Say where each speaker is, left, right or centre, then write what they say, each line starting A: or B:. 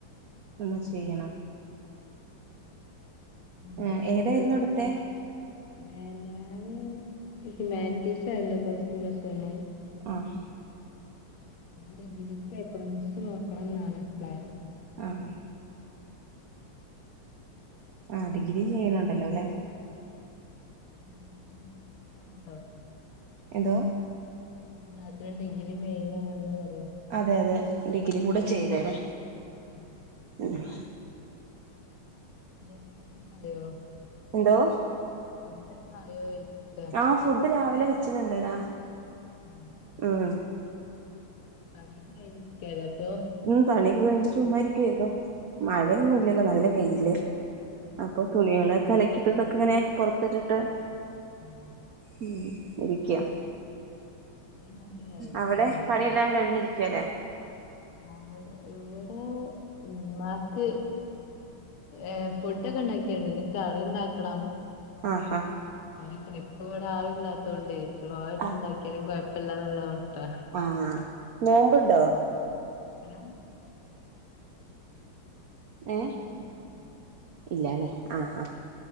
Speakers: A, on the right; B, on the left.
A: നമ്മൾ
B: ആ,
A: ചെയ്യണം
B: <unintelligible>
A: ആഹ് ഏതായിരുന്നു
B: എന്തായി
A: എടുത്തെ
B: ഞാന് ഹ്യുമാനിറ്റീസ് ആയിരുന്നു പസ്ടുവും പ്ലസ് വണ്ണും
A: ആഹ്
B: ഡിഗ്രിക്ക് എകണോമിക്‌സ് നോക്കണംന്നാണ് പ്ലാന്
A: ആഹ് ആഹ് ഡിഗ്രി ചെയ്യണണ്ടല്ലോ അല്ലെ
B: <unintelligible>
A: എന്തോ
B: ഇപ്പൊ എല്ലാത്തിനും ഡിഗ്രി മെയിന് ആണെന്ന് പറയാം
A: അതെ അതെ ഡിഗ്രി കൂടെ ചെയ്തരെേ
B: ഉം
A: ആഹ്
B: പിന്നെ ഫുടൊക്കെ ആയോ
A: എന്തോ
B: ഫുടൊക്കെ ആയോ ചോയ്ക്ക
A: ആഹ് ഫുഡ് രാവിലെ വെച്ചതുണ്ടെടാ
B: ആഹ്
A: ഉം
B: പണിക്കെ കഴിഞ്ഞിരിക്കല്ലേ അപ്പൊ
A: ഉം പണി ഒക്കെ കഴിഞ്ഞിട്ട് ചുമ്മാരിക്കുവരുന്നു മഴയൊന്നും ഇല്ലല്ലോ നല്ല വെയില് അപ്പൊ തുണികളൊെക്കെ
B: ശരി
A: അലക്കിട്ടതൊക്കെ ഇങ്ങനെ പുറത്തിട്ടിട്ട്
B: ആഹ്
A: ഉം ഇരിക്ക്യ
B: അങ്ങനെണ്ട് കാലം
A: അവിടെ
B: ഇപ്പൊ മഴല്ല
A: പണിയെല്ലാം കഴിഞ്ഞിരിക്കാല്ലേ
B: അവിടെ ഇവിടെ ഉമ്മക്ക്‌ ഏഹ് ഫുഡൊക്കെ ഉണ്ടാക്കിയാണ് ഇനി കറി ഉണ്ടാക്കണം
A: ആഹാ
B: അങ്ങനെ ഇപ്പ ഇവിടെ ആളില്ലാത്തൊണ്ടയ് സ്ലോ ആയിട്ടുണ്ടാക്കിയാലും
A: ആ
B: കൊഴപല്ലന്ന്ള്ള മട്ടാ
A: ആഹ് നോമ്പുണ്ടോ
B: ഉം
A: ഏഹ്
B: നോമ്പൊന്നുല്ല
A: ഇല്ലാലെ ആഹ് ആഹ്